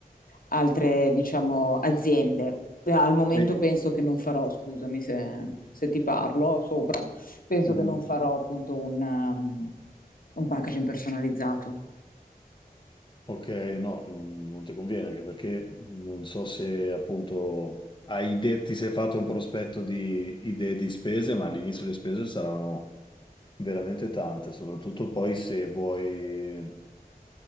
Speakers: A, on the left (about 65°); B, on the left (about 30°).
A: altre, diciamo, aziende. Eh, Al momento
B: E...
A: penso che non farò, scusami se, se ti parlo sopra, penso
B: Mhm.
A: che non farò appunto un, um, un packaging personalizzato.
B: Ok, no, non non ti conviene anche perché non so se appunto hai idee, ti sei fatto un prospetto di idee di spese, ma all'inizio le spese saranno veramente tante, soprattutto poi se vuoi.